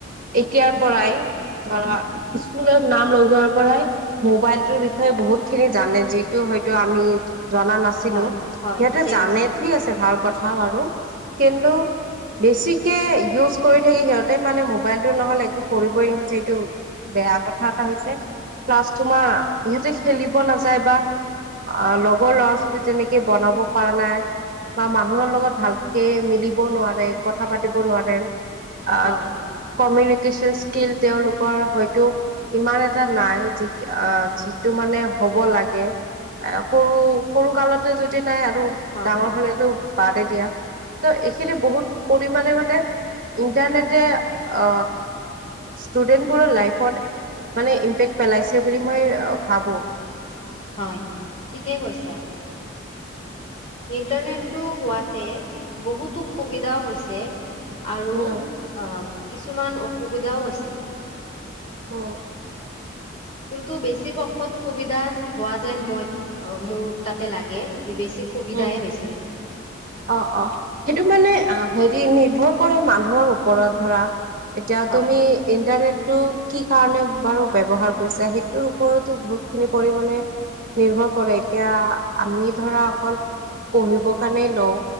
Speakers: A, on the right; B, on the left.
A: এতিয়াৰ পৰাই ধৰা স্কুলত নাম লগোৱাৰ পৰাই মোবাইল ৰ বিষয়ে বহুত খিনি জানে যিটো হয়তো আমি জনা নাছিলো
B: হয়
A: সিহঁতে
B: হয় ঠিকে
A: জানে
B: কৈছা
A: ঠিক আছে ভাল কথা বাৰু। কিন্তু বেছি। কে ইউজ কৰি থাকি সিহঁতে মানে মোবাইলটো নহ'লে একো কৰিবই নোখোজে, এইটো বেয়া কথা এটা হৈছে, প্লাছ তোমাৰ সিহঁতে খেলিব নাযায় বা আ লগৰ ল'ৰা-ছোৱালী তেনেকে বনাব পাৰা নাই বা মানুহৰ লগত ভালকে মিলিব নোৱাৰে, কথা পাতিব নোৱাৰে। আ
B: হয়
A: কমিৰি কেচন স্কিল তেওঁলোকৰ হয়তো ইমান এটা নাই, যি আ যিটো মানে হ'ব লাগে। এ সৰু-সৰু কালতে যদি নাই আৰু
B: হয়
A: ডাঙৰ হ'লেতো বাদেই দিয়া। ত' এইখিনি বহুত পৰিমাণে মানে ইন্টাৰনেটে অ ষ্টুডেন্টবোৰৰ লাইফত মানে ইম্পেক্ট পেলাইছে বুলি মই ভাবো।
B: হয়, ঠিকে কৈছা। ইণ্টাৰনেটটো হোৱাতে বহুতো সুবিধাও হৈছে। আৰু
A: উম
B: আ কিছুমান অসুবিধাও হৈছে।
A: অ'।
B: কিন্তু বেছি পক্ষত সুবি <unintelligible> হোৱা যেন মই অ', মোৰ তাতে লাগে। যে বেছি সুবিধাই
A: উম,
B: হৈছে।
A: অ', অ', সেইটো মানে আ হেৰি নিৰ্ভৰ কৰে মানুহৰ ওপৰত ধৰা। এতিয়া
B: হয়
A: তুমি ইণ্টাৰনেট টো কি কাৰণে বাৰু ব্যৱহাৰ কৰিছা সেইটোৰ ওপৰতো বহুতখিনি পৰিমাণে নিৰ্ভৰ কৰে, এতিয়া আমি ধৰা অকল পঢ়িবৰ কাৰণে ল‌ওঁ